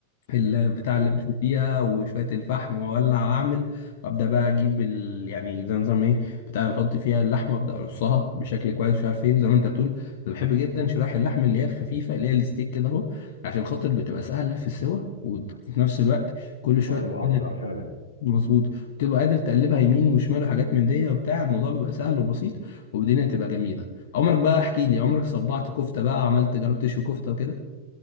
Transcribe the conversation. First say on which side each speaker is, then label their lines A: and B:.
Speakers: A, on the left; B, on the left.
A: البتاع
B: امم
A: اللي بشوي فيها وشويه الفحم واولع واعمل وابدا بقى اجيب ال... يعني زي نظام ايه بتاع اللي بحط فيها اللحمه وابدا ارصها بشكل كويس مش عارف ايه زي ما انت بتقول انا بحب جدا شرايح اللحم اللي هي الخفيفه اللي هي الستيك كده اهو عشان خاطر بتبقى سهل في السوا وفي نفس الوقت كل شويه
B: ايوه اسرع فعلا
A: مظبوط بتبقى قادر تقلبها يمين وشمال وحاجات من دي وبتاع الموضوع بيبقى سهل وبسيط والدنيا تبقى جميله عمرك بقى احكي لي عمرك صبعت كفته بقى عملت جربت تشوي كفته وكده